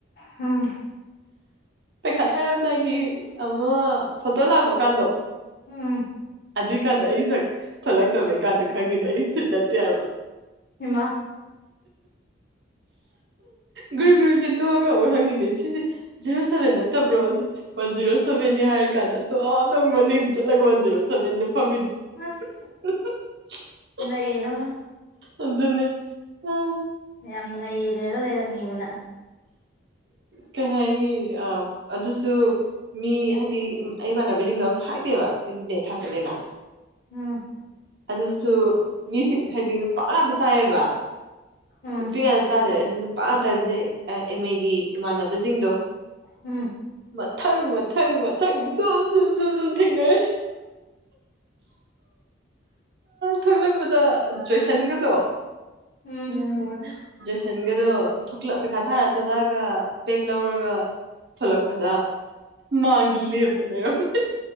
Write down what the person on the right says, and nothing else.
ꯄꯩꯈꯥ ꯊꯥꯔꯝꯗꯥꯏꯒꯤ ꯑꯃ ꯐꯣꯇꯣ ꯂꯥꯛꯄ ꯀꯥꯟꯗꯣ
ꯑꯗꯨꯏꯀꯥꯟꯗ ꯑꯩꯁꯛ ꯊꯣꯛꯂꯛꯇꯕꯩ ꯀꯥꯟꯗ ꯈꯪꯉꯤꯅꯦ ꯑꯩ ꯁꯤꯠ ꯅꯠꯇꯦ ꯍꯥꯏꯕ
ꯒ꯭ꯔꯨ ꯒ꯭ꯔꯨ ꯆꯦꯟꯊꯣꯛꯑꯒ ꯑꯃꯨꯛ ꯍꯪꯉꯤꯅꯦ ꯁꯤꯁꯦ ꯖꯦꯔꯣ ꯁꯚꯦꯟ ꯅꯠꯇꯕ꯭ꯔꯣ ꯑꯗꯨ ꯋꯥꯟ ꯖꯤꯔꯣ ꯁꯚꯦꯟꯅꯦ ꯍꯥꯏꯔꯀꯥꯟꯗ ꯁꯣꯝꯗꯧ ꯃꯅꯤꯡ ꯆꯠꯂꯒ ꯋꯥꯟ ꯖꯤꯔꯣ ꯁꯕꯦꯟꯅ ꯐꯝꯃꯤꯅꯤ
<inaudible>
ꯑꯗꯨꯅꯦ ꯑ
ꯀꯩ ꯍꯥꯏꯅꯤ ꯑ ꯑꯗꯨꯁꯨ ꯃꯤ ꯍꯥꯏꯗꯤ ꯑꯩ ꯏꯃꯅꯕꯤꯁꯤꯡꯗꯣ ꯑꯝꯇ ꯍꯥꯏꯗꯦꯕ ꯑꯩ ꯗꯦꯠ ꯊꯥ ꯆꯠꯂꯦꯅ
ꯑꯗꯨꯁꯨ ꯃꯤꯁꯤꯡ ꯍꯥꯏꯗꯤ ꯅꯨꯄꯥ ꯉꯥꯛꯇ ꯇꯥꯏꯑꯕ
ꯅꯨꯄꯤ ꯉꯥꯛꯇ ꯇꯥꯔꯦ ꯑꯗꯨ ꯅꯨꯄꯥ ꯉ ꯇꯥꯔꯤꯁꯦ ꯑ ꯑꯦꯝꯃꯦꯒꯤ ꯏꯃꯥꯟꯅꯕꯁꯤꯡꯗꯣ
ꯃꯊꯪ ꯃꯊꯪ ꯃꯊꯪ ꯁꯨꯝ ꯁꯨꯝ ꯁꯨꯝ ꯁꯨꯝ ꯊꯦꯡꯅꯔꯦ ꯊꯣꯛꯂꯛꯄꯗ ꯖꯣꯏꯁꯟꯒꯗꯣ
ꯎ ꯖꯣꯏꯁꯟꯒꯗꯣ ꯄꯩꯈꯥ ꯊꯥꯔ ꯊꯣꯛꯂꯛꯑꯒ ꯕꯦꯛ ꯂꯧꯔꯒ ꯊꯣꯂꯛꯄꯗ ꯃꯥꯡꯗ ꯂꯦꯞ ꯂꯩꯔꯝꯃꯦ